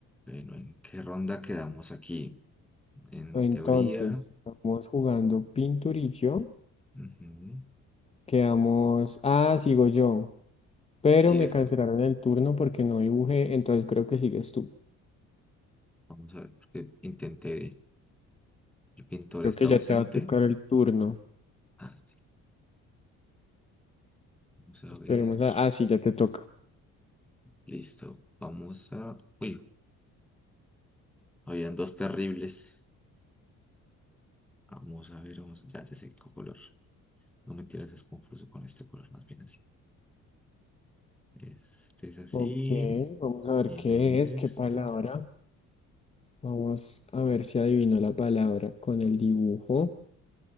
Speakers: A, in the centre; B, on the left.
A: Bueno, ¿en qué ronda quedamos aquí? En
B: Entonces,
A: teoría.
B: estamos jugando Pinturillo.
A: ujú.
B: Quedamos. Ah, sigo yo. Pero
A: Si sigues
B: me cancelaron
A: tú.
B: el turno porque no dibujé. Entonces creo que sigues tú.
A: Vamos a ver, porque intenté. El pintor
B: Creo
A: está
B: que
A: ausente.
B: ya te va a tocar el turno.
A: Ah, sí, Vamos a
B: Esperemos
A: ver.
B: a. Ah, sí, ya te toca.
A: Listo. Vamos a. Uy, habían dos terribles. Vamos a ver, vamos. Ya, ya sé qué color. No mentiras, es confuso con este color, más bien así. Este es así.
B: Ok, vamos a ver
A: Tiene
B: qué es, qué
A: esto.
B: palabra. Vamos a ver si adivino la palabra con el dibujo.